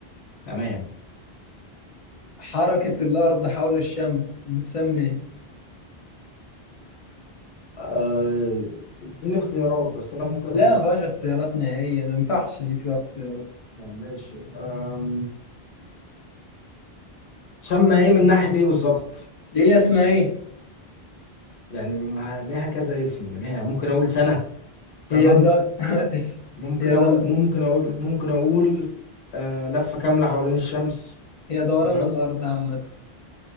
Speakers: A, on the left; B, on the left.
A: تمام
B: حركة الأرض حول الشمس بتسمى ايه؟
A: آه، اديني اختيارات بس انا ممكن اقول
B: لا ما فيهاش
A: لك.
B: اختيارات نهائية ما ينفعش دي فيها اختيارات
A: آه، ماشي آم، تسمى ايه من ناحية ايه بالظبط
B: هي اسمها ايه؟
A: يعني ما ليها كذا اسم ليها ممكن اقول سنة تمام
B: هي الد... <laughs>
A: ممكن
B: هي
A: اقول
B: ده
A: ممكن اقول ممكن اقول آه، لفة كاملة حوالين الشمس
B: هي دوران
A: تمام
B: الأرض عامة <laughs>